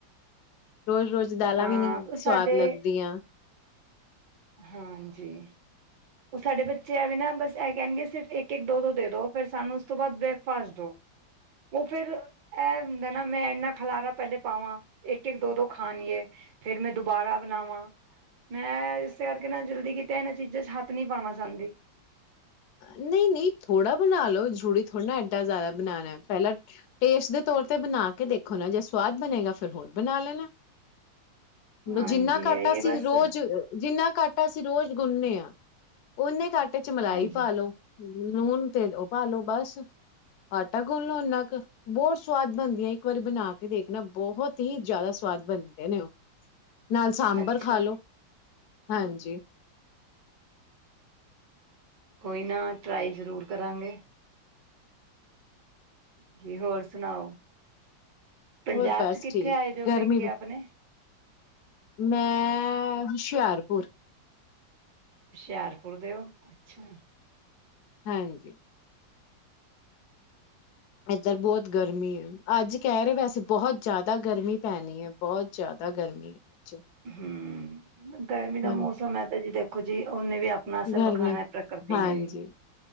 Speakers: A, on the left (about 70°); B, on the right (about 65°).
A: ਰੋਜ਼- ਰੋਜ਼ ਦਾਲਾਂ
B: ਹਾਂ
A: ਵੀ ਨਹੀ
B: ਉਹ ਸਾਡੇ
A: ਸਵਾਦ ਲੱਗਦੀਆਂ।
B: ਹਾਂਜੀ ਉਹ ਸਾਡੇ ਬੱਚੇ ਐਵੇਂ ਨਾ ਬਸ ਇਹ ਕਹਿਣਗੇ ਸਿਰਫ ਇਕ- ਇਕ ਦੋ -ਦੋ ਫਿਰ ਸਾਨੂੰ ਉਸ ਤੋਂ ਬਾਅਦ ਬ੍ਰੇਕਫਾਸਟ ਦੋ ਉਹ ਫਿਰ ਇਹ ਹੁੰਦਾ ਨਾ ਮੈਂ ਇਨਾ ਖਲਾਰਾ ਪਹਿਲੇ ਪਾਵਾਂ ਇਕ- ਇਕ ਦੋ- ਦੋ ਖਾਣਏ ਫੇਰ ਮੈਂ ਦੁਬਾਰਾ ਬਣਾਵਾਂ ਮੈਂ ਇਸ ਇਸ ਕਰਕੇ ਨਾ ਜਲਦੀ ਕਿ ਕੀਤੇ ਇਹਨਾਂ ਚੀਜ਼ਾਂ ਚ' ਹੱਥ ਨਹੀ ਪਾਉਣਾ ਚਾਹਦੀ।
A: ਨਹੀ ਨਹੀ ਥੋੜ੍ਹਾ ਬਣਾ ਲਓ ਜ਼ਰੂਰੀ ਥੋੜ੍ਹਾ ਨਾ ਐਡਾ ਜ਼ਿਆਦਾ ਬਣਾਉਣਾ ਪਹਿਲਾਂ ਟੇਸਟ ਦੇ ਤੌਰ ਤੇ ਬਣਾ ਕੇ ਦੇਖੋ ਜੇ ਸਵਾਦ ਬਣੇਗਾ ਫਿਰ ਹੋਰ ਬਣਾ ਲੈਣਾ
B: ਹਾਂਜੀ
A: ਜਿੰਨਾ ਆਟਾ
B: ਆਈਏ
A: ਸੀ
B: ਬਸ
A: ਰੋਜ਼ ਜਿੰਨਾ ਆਟਾ ਸੀ ਰੋਜ਼ ਗੁੰਨੇ ਆ ਉਹਨੇ ਕੇ ਆਟੇ ਵਿਚ ਮਲਾਈ
B: ਹਾਂਜੀ
A: ਪਾ ਲੋ ਲੂਣ ਤੇਲ ਪਾਲੋ ਬਸ ਆਟਾ ਗੁੰਨ ਲਓ ਉਨਾ ਕੋ ਬਹੁਤ ਸਵਾਦ ਬਣਦੀਆਂ ਇੱਕ ਵਾਰੀ ਬਣਾ ਕੇ ਦੇਖਣਾ ਬਹੁਤ ਹੀ ਜ਼ਿਆਦਾ ਸਵਾਦ ਬਣਦੇ ਨੇ ਉਹ ਨਾਲ ਸਾਂਬਰ
B: ਅੱਛਾ
A: ਖਾ ਲੋੋ ਹਾਂਜੀ-
B: ਕੋਈ ਨਾ ਟਰਾਈ ਜਰੂਰ ਕਰਾਂਗੇ। ਜੀ ਹੋਰ ਸੁਣਾਓ ਪੰਜਾਬ
A: ਹੋਰ ਬਸ
B: ਚ ਕਿੱਥੇ
A: ਠੀਕ
B: ਆਏ ਦੇ ਹੋ
A: ਗਰਮੀ
B: ਪੇਕੇ ਆਪਣੇ।
A: ਮੈਂ ਹੁਸ਼ਿਆਰਪੁਰ
B: ਹੁਸ਼ਿਆਰਪੁਰ ਦਿਓ ਅੱਛਾ
A: ਹਾਂਜੀ- ਇੱਧਰ ਬਹੁਤ ਗਰਮੀ ਹੈ। ਅੱਜ ਕਹਿ ਰਹੇ ਵੈਸੇ ਬਹੁਤ ਜਿਆਦਾ ਗਰਮੀ ਪੈਣੀ ਹੈ। ਬਹੁਤ ਜ਼ਿਆਦਾ ਗਰਮੀ ਹੈ। ਅੱਜ
B: ਹੂੰ ਗਰਮੀ ਦਾ
A: ਹਾਂ
B: ਮੌਸਮ ਐ ਤਾਂ ਜੀ ਦੇਖੋ ਜੀ ਉਹਨੇ ਵੀ ਆਪਣਾ ਅਸਰ
A: ਗਰਮੀ
B: ਵਿਖਾਣਾ ਪ੍ਰਕਿਰਤੀ
A: ਹਾਂਜੀ
B: ਨੇ ਵੀ